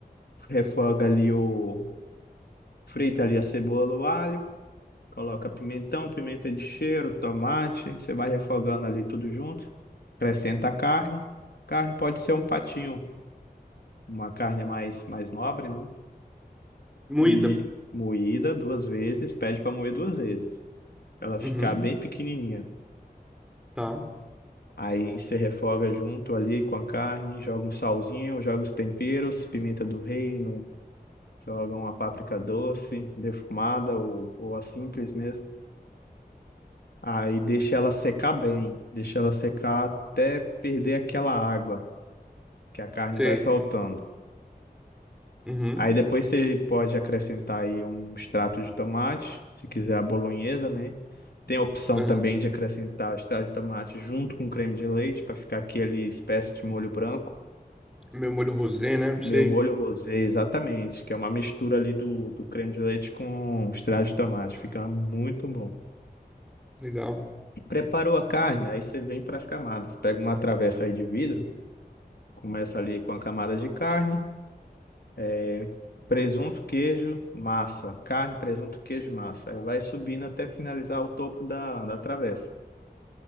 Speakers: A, on the left; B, in the centre.
A: Refoga ali o, frita ali a cebola, o alho, coloca pimentão, pimenta de cheiro, tomate. Você vai refogando ali tudo junto. Acrescenta a carne. Carne pode ser um patinho, uma carne mais, mais nobre, né?
B: Moída.
A: E moída duas vezes, pede para moer duas vezes, pra ela ficar
B: Uhum,
A: bem pequenininha.
B: tá.
A: Aí você refoga junto ali com a carne, joga um salzinho, joga os temperos, pimenta do reino Jogam a páprica doce, defumada ou, ou a simples mesmo. Aí deixa ela secar bem, deixa ela secar até perder aquela água que a carne
B: Sei.
A: vai soltando.
B: Uhum.
A: Aí depois você pode acrescentar aí um extrato de tomate, se quiser a bolonhesa, né? Tem a opção
B: aham.
A: também de acrescentar extrato de tomate junto com creme de leite para ficar aquele espécie de molho branco.
B: Meu molho rosé, né? Sei.
A: Meu molho rosé, exatamente, que é uma mistura ali do, do creme de leite com extrato de tomate. Fica muito bom.
B: Legal.
A: Preparou a carne, aí você vem para as camadas. Pega uma travessa aí de vidro, começa ali com a camada de carne, é, presunto, queijo, massa. Carne, presunto, queijo, e massa. Aí vai subindo até finalizar o topo da, da travessa.